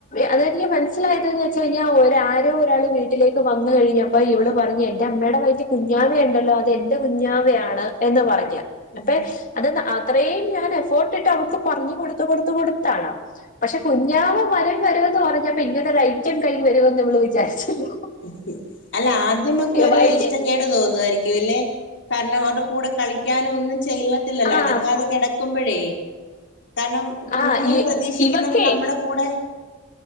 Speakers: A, on the left; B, on the left.
A: അതെനിക്ക് മനസ്സിലായതന്ന് വെച്ച് കഴിഞ്ഞാൽ ആരോ ഒരാൾ വീട്ടിലേക്ക് വന്നു കഴിഞ്ഞാൽ- അപ്പ ഇവള് പറഞ്ഞു എന്റെ അമ്മയുടെ വയറ്റി കുഞ്ഞു ഞാനുണ്ടല്ലോ അത് എന്റെ കുഞ്ഞാവയാണ് എന്ന് പറഞ്ഞ
B: ഉം
A: അപ്പെ അത് അത്രേയും ഞാൻ എഫോർട്ടിട്ട് അവർക്ക് പറഞ്ഞു കൊടുത്ത കൊടുത്ത കൊടുത്താണ്‌ പക്ഷെ കുഞ്ഞാവ വരും വരുമെന്ന് പറഞ്ഞാപ്പ ഇങ്ങനെ ഒരു ഐറ്റം കയ്യിൽ വരുമന്ന് ഇവള് വിചാരിച്ചില്ല
B: <unintelligible> അല്ല ആദ്യമൊക്കെ ഒരു
A: വയറ്റി
B: ഇഷ്ട ക്കേട്- തോന്നുവാരിക്കുംല്ലെ കാരണം അവടെ കൂടെ കളിക്കാനും ഒന്നും ചെയ്യത്തില്ലല്ലോ
A: ആഹ്
B: അനങ്ങാതെ കിട - ക്കുമ്പോഴേ കാരണം കുഞ്ഞുങ്ങൾ
A: ആഹ്
B: പ്രതീക്ഷിക്കുന്നത്
A: ഇവക്കേ
B: നമ്മുടെ കൂടെ